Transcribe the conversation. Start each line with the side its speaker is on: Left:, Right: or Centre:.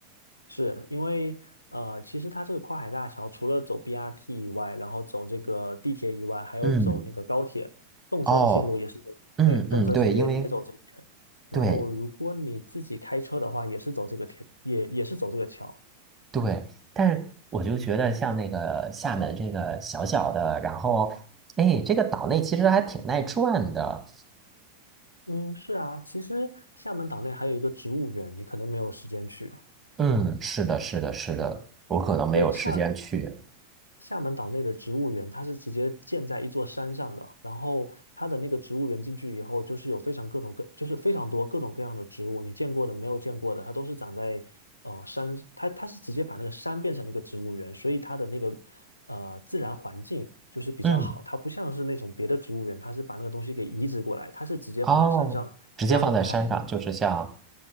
Left: 是因为呃，其实它这个跨海大桥除了走 BRT 以外，然后走这个地铁以外，还有走那个高铁，
Right: 嗯，
Left: 动车的线路也是走，
Right: 哦，嗯嗯，
Left: 对，动车线也也走这边。
Right: 对，因为
Left: 然后如果你自己开车的话，
Right: 对
Left: 也是走这个铁，也也是走这个桥。
Right: 对，但是我就觉得像那个厦门这个小小的，然后哎，这个岛内其实还挺耐转的。
Left: 嗯，是啊，其实厦门岛内还有一个植物园，你可能没有时间去。
Right: 嗯，是的，是的，是的，我可能没有时间去。
Left: 对，厦厦门岛内的植物园，它是直接建在一座山上的，然后它的那个植物园进去以后，就是有非常各种各，就是非常多各种各样的植物，你见过的、没有见过的，它都是长在呃山，它它是直接把那个山变成那个植物园，所以它的那个呃自然环境就是比较好，
Right: 嗯，
Left: 它不像是那种别的植物园，它是把那个东西给移植过来，它是直接放在山上让你看，
Right: 哦，直接放在山上，就是像